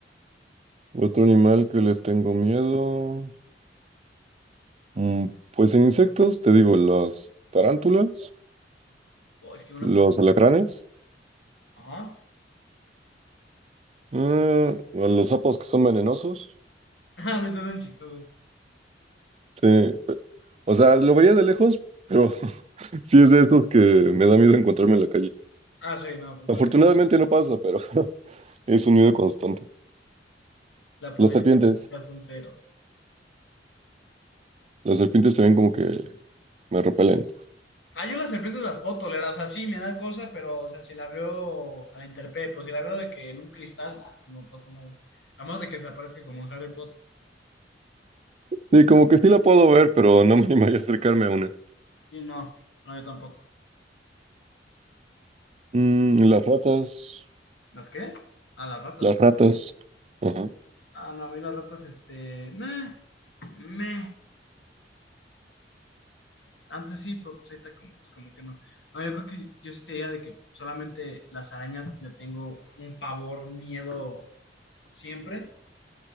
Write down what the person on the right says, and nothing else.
Otro animal que le tengo miedo. mm, pues en insectos, te digo, las tarántulas,
los
alacranes,
ah, a los sapos que son venenosos.
Sí, pe- o sea, lo vería de lejos, pero <laughs> sí es de estos que me da miedo encontrarme en la calle.
Afortunadamente
no pasa, pero <laughs> es un miedo constante.
Las serpientes,
las serpientes también como que me repelen.
Sí, como que sí la puedo ver, pero no me <laughs> animaría a acercarme a una.
Mm, y las ratas,
las ratas. Ajá.